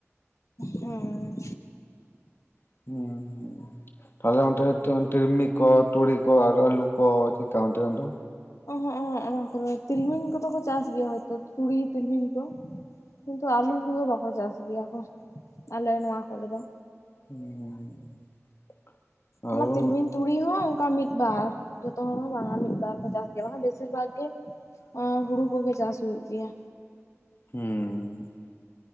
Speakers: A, on the left; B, on the left.
A: ᱦᱮᱸ᱾
B: <unintelligible> ᱛᱟᱦᱚᱞᱮ ᱚᱱᱛᱮ ᱛᱤᱞᱢᱤ ᱠᱚ ᱛᱩᱲᱤ ᱠᱚ ᱟᱨ ᱟᱹᱞᱩ ᱠᱚ ᱪᱮᱫᱠᱟ ᱚᱱᱛᱮᱱᱟᱜ ᱫᱚ᱾
A: ᱚᱦᱚᱜ ᱚᱦᱚᱜ ᱚᱱᱟ ᱠᱚᱨᱮ ᱛᱤᱞᱢᱤᱧ ᱠᱚᱫᱚ ᱠᱚ ᱪᱟᱥ ᱦᱚᱭᱛᱳ ᱛᱩᱲᱤ ᱛᱤᱞᱢᱤᱧ ᱠᱚ᱾ ᱠᱤᱱᱛᱩ ᱟᱞᱩ ᱠᱚᱫᱚ ᱵᱟᱠᱚ ᱪᱟᱥ ᱜᱮᱭᱟ ᱠᱚ, ᱟᱞᱮ ᱱᱚᱣᱟ ᱠᱚᱨᱮ ᱫᱚ᱾
B: <unintelligible> ᱟᱹᱞᱩ
A: ᱚᱱᱟ ᱛᱤᱞᱢᱤᱧ ᱛᱩᱲᱤ ᱦᱚᱸ ᱚᱱᱠᱟ ᱢᱤᱫ ᱵᱟᱨ ᱡᱚᱛᱚ ᱦᱚᱲ ᱦᱚᱸ ᱵᱟᱝᱼᱟ ᱢᱤᱫ ᱵᱟᱨ ᱠᱚ ᱪᱟᱥ ᱜᱮᱭᱟ, ᱵᱟᱝᱠᱷᱟᱱ ᱵᱮᱥᱤᱨ ᱵᱷᱟᱜᱽ ᱜᱮ ᱮᱸ ᱦᱩᱲᱩ ᱠᱚᱜᱮ ᱪᱟᱥ ᱦᱩᱭᱩᱜ ᱜᱮᱭᱟ᱾
B: ᱦᱩᱸ ᱾